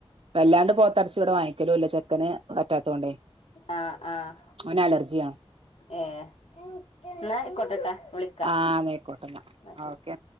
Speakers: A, on the right; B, on the left.
A: വല്ലാണ്ട് പോത്തർച്ചി ഇവിടെ വാങ്ങിക്കലൂല്ല ചെക്കന് പറ്റാത്തൊണ്ടേ
B: ആഹ് ആഹ്
A: അവന് അലർജിയാണ്.
B: ഏഹ് ന്നാ അയ്ക്കോട്ടെട്ടാ വിളിക്കാ
A: ആഹ് നീക്കോട്ടന്ന
B: ന്നാ ശരി
A: ഓക്കെ